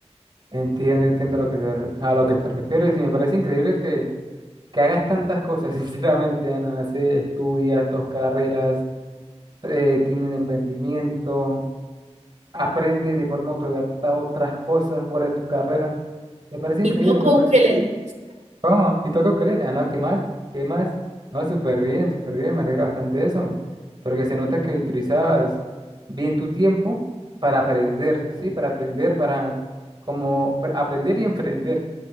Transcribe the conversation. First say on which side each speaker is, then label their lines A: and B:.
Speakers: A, on the right; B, on the right.
A: Entiendo, entiendo lo que te- re- a lo que te refieres y me parece increíble que que hagas tantas cosas, <laughs> sinceramente, Ana. Hace, estudias dos carreras, eh, tiene un emprendimiento, aprendes de forma autodidacta otras cosas fuera de tu carrera. Me parece increíble.
B: Y toco
A: me parece-
B: ukelele.
A: ¿Cómo? ¿Y toco ukulele? Ah, no, ¿qué más? ¿Qué más? No, súper bien, súper bien. Me alegra bastante de eso. Porque se nota que utilizas bien tu tiempo para aprender, ¿sí? Para aprender, para como pre- aprender y emprender.